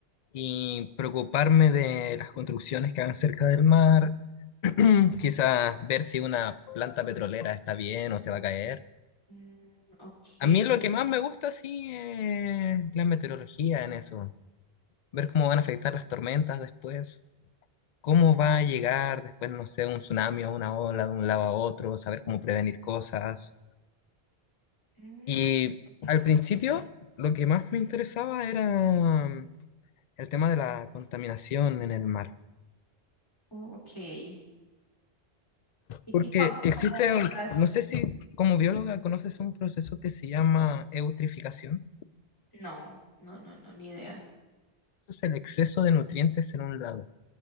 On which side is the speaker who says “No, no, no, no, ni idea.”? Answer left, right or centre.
Left